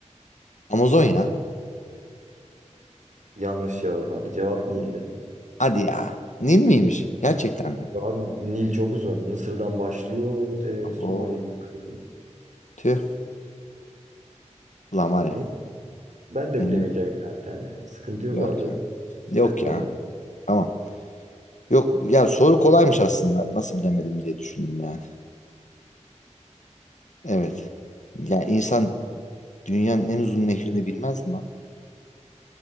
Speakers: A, on the left (about 75°); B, on the right (about 80°).
A: Amazon ya.
B: Yanlış cevap abi. Cevap Nil'di.
A: Hadi ya. Nil miymiş? Gerçekten mi?
B: Abi Nil çok uzun. Mısır'dan başlıyor te
A: Abo.
B: Somali'ye kadar gidiyor.
A: Tüh. Ulan var ya.
B: Ne? Ben de
A: Hı.
B: bilemeyeceğim illa bir tane. Sıkıntı yok
A: Yok
B: abi.
A: ya. Yok
B: Sıkma
A: ya.
B: canım.
A: Tamam. Yok ya soru kolaymış aslında. Nasıl bilemedim diye düşündüm yani. Evet. Ya insan dünyanın en uzun nehrini bilmez mi lan?